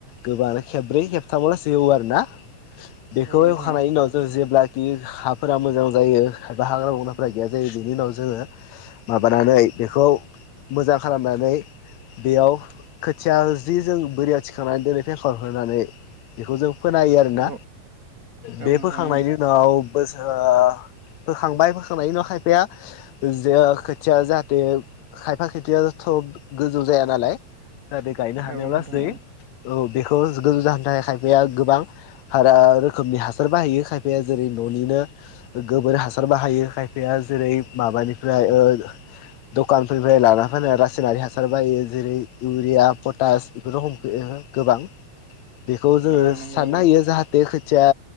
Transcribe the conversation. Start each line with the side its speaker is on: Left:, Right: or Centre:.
Left: गोबां खेब्रैेबथामावल' इवो आरो ना। बेखौ
Right: नोंथां
Left: इउखांनायनि उनाव जों जेब्ला बि हाफोरा मोजां जायो एबा हाग्रा बंग्राफोरा गैया जायो बिनि उनाव जोङो माबानानै बेखौ मोजां खालामनानै बेयाव खोथिया जि जों बोरियाथि थिखांनानै दोनै फेकर होनानै बेखौ जों फोनाहोयो आरोना
Right: औ
Left: बे
Right: नोंथां
Left: फोखांनायनि उनाव बोसोर ओ फोखांबाय फोखांनायनि उनाव खायफाया जे खोथिया जाहाथे खायफा खोथियाथ' गोजौ जाया नालाय जाहाथे गायनो
Right: औ
Left: हानायाव
Right: नोंथां
Left: लासै औ बेखौ गोजौ जाहोनो थाखाय खायफाया गोबां रोखोमनि हासार बाहायो खायफाया जेरै न'निनो गोबोर हासार बाहायो खायफाया जेरै माबानिफ्राय ओ दखानफोरनिफ्राय लाना फै रासायनारि हासार बायो जेरै इउरिया, पटास बेफोरखौ हम गोबां बेखौ जोङो
Right: औ
Left: साननो
Right: नंगौ
Left: हायो जाहाथे खोथिया